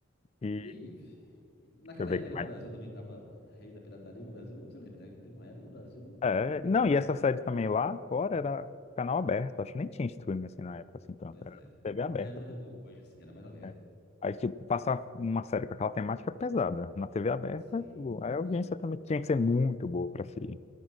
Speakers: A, on the left; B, on the left.
A: E
B: E
A: deixa
B: aí, naquela
A: eu ver
B: época né,
A: o
B: que o Brasil também tava rei da pirataria, que o Brasil, você lembra, né? que Teve uma época que o Brasil,
A: É,
B: na pirataria,
A: não, e essa
B: tava
A: série
B: terrível.
A: também lá fora era canal aberto, acho que nem tinha streaming assim na época, assim, tanto,
B: Pois
A: era
B: é.
A: TV
B: Não,
A: aberta.
B: tá- não
A: assim,
B: era igual hoje, assim, era mais aberto.
A: É. Aí, tipo, passar uma série com aquela temática pesada na TV aberta,
B: Sim,
A: tipo, aí a audiência
B: sim.
A: também tinha que ser muito boa para se,